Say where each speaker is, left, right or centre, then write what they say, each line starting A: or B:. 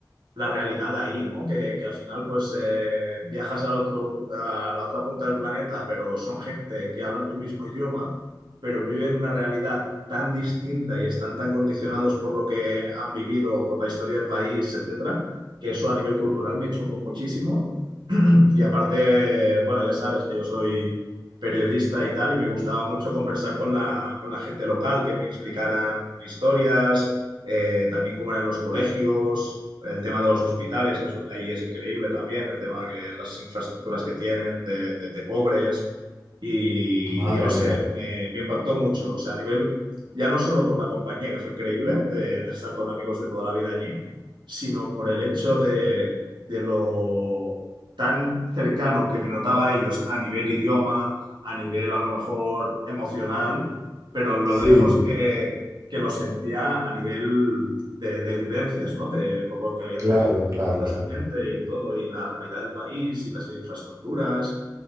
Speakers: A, on the right; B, on the right.
A: la realidad ahí, ¿no? Que, que al final pues eh, viajas al otro, pu- a la otra punta del planeta, pero son gente que hablan tu mismo idioma, pero viven una realidad tan distinta y están tan condicionados por lo que han vivido, por la historia del país, etcétera, que eso a nivel cultural me chocó muchísimo. <clears throat> Y aparte, bueno, ya sabes que yo soy periodista y tal, y me gustaba mucho conversar con la, con la gente local, que me explicaran historias, eh, también cómo eran los colegios, el tema de los hospitales, que eso ahí es increíble también, el tema que las infraestructuras que tienen de, de- de pobres, y,
B: Madre
A: y no sé,
B: mía.
A: me, me impactó mucho, o sea, a nivel, ya no solo por la compañía, que fue increíble, de, de estar con amigos de toda la vida allí, sino por el hecho de, de lo tan cercano que me notaba a ellos a nivel idioma, a nivel a lo mejor emocional, pero lo
B: Sí.
A: lejos que, que lo sentía a nivel de, de vivencias, ¿no? De, por lo que habían
B: Claro,
A: tenido que pasar
B: claro,
A: toda
B: claro.
A: esa gente y todo, y la realidad del país y las infraestructuras.